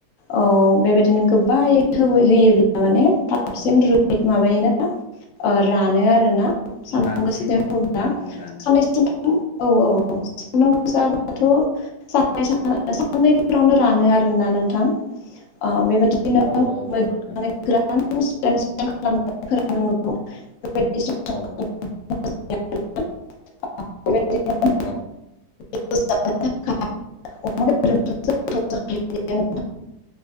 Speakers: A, on the left (about 60°); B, on the left (about 85°).
A: औ बेबायदिनो गोबायै होयोब्ला माने थाबसिन रु माबायोना रानो आरोना सानाम
B: रानसिनो
A: गोसायाव होब्ला
B: रानो रानो
A: साननैसो औ औ जाबाथ' साननायफोरावनो रानो आरोना नोंथां ओ बेबायदि बिदिनो
B: औ औ
A: मोजां
B: नोंथां
A: खालामनानै फोरोंनांगौ बेदि
B: औ
A: <unintelligible>
B: <unintelligible>
A: <unintelligible> <unintelligible> <unintelligible>